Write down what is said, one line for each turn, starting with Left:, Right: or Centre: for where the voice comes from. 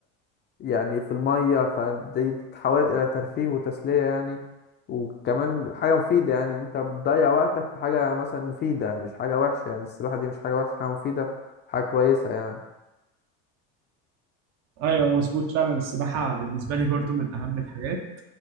Left: يعني في المية فدي تتحول إلى ترفيه وتسلية يعني وكمان حاجة مفيدة يعني أنت بتضيع وقتك في حاجة مثلا مفيدة مش حاجة وحشة يعني السباحة دي مش حاجة وحشة حاجة مفيدة حاجة كويسة يعني
Right: ايوه مظبوط فعلا السباحه بالنسبه لي برضو من اهم الحاجات